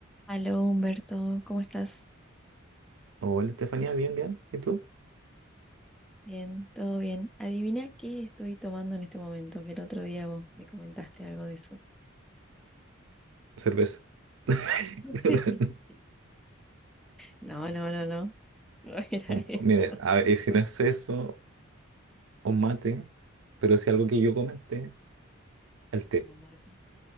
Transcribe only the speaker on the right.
Hola, Estefanía, bien, bien. ¿Y tú?
Cerveza. <laughs>
Um,
Mire, a ver, y si no es eso, un mate, pero si algo que yo comenté, el té.